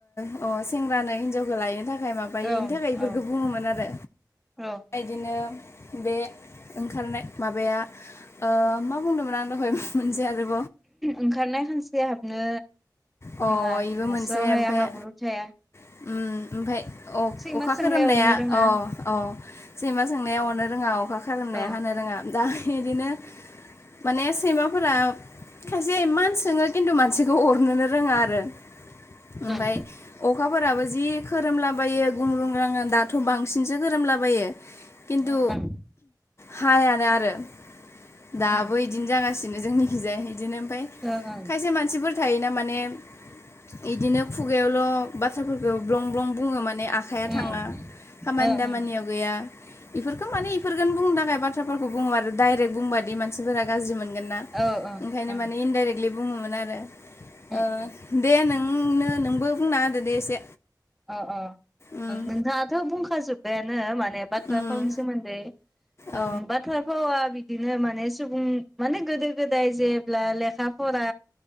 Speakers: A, on the left (about 40°); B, in the centre.
A: अ सेंग्रानो हिन्जावखौ लायनो थाखाय थाखाय माबायो
B: औ
A: इनि थाखाय बेफोरखौ
B: औ
A: बुङोमोन आरो
B: औ नंगौ।
A: इदिनो बे ओंखारनाय माबाया ओ मा बुंदोंमोन आं दहाय मोनसे आरो
B: ओंखारनाय खानस्रिआ हाबनो
A: अ
B: जोङो
A: इबो
B: हास्रावहाया
A: मोनसे ओमफ्राय
B: हाब्रु थाया <inaudible>
A: उम ओमफ्राय
B: सैमा
A: अखा
B: सोंनाया
A: खोरोमनाया
B: अरनो रोङा
A: अ अ सैमा सोंनाया अरनो रोङा अखा खारोमनाया
B: औ
A: हानो रोङा दा बिदिनो माने सैमाफोरा खायसे इमान सोङो खिन्थु मानसिखौ अरनोनो रोङा आरो ओमफ्राय
B: ओं
A: अखाफोराबो जि खोरोमलाबायो गुंग्रुं गांग्रां दाथ' बांसिनसो खोरोमलाबायो खिन्थु
B: ओं ओं
A: हायानो आरो दाबो
B: उम
A: इदिनो जागासिनो जोंनि थिंजाय इदिनो ओमफ्राय
B: ओ ओं
A: खायसे मानसिफोर थायोना माने इदिनो खुगायावल' बाथ्राफोरखौ ब्लं ब्लं बुङो माने आखाइया थाङा
B: उम
A: खामानि
B: ओ
A: दामानियाव
B: ओं
A: गैया इफोरखोन माने इफोरखोननो बुंनो थाखाय बाथ्राफोरखौ बुङोबाथ' डायरेक्ट बुंबादि मानसिफोरा गाज्रि मोन मोनगोन ना
B: औ ओं
A: ओंखायनो
B: ओं
A: माने इनडायरेक्टलि बुङोमोन आरो
B: उम
A: ओ
B: उम
A: दे नों ओं नो नोंबो बुंना होदो दे एसे
B: ओ ओ
A: उम
B: नोंथाङाथ' बुंखाजोब्बायानो माने बाथ्रा
A: उम
B: फावनि सोमोन्दै
A: अ
B: ओं बाथ्रा फावा बि बिदिनो माने सुबुं माने गोदो गोदाय जेब्ला लेखा फरा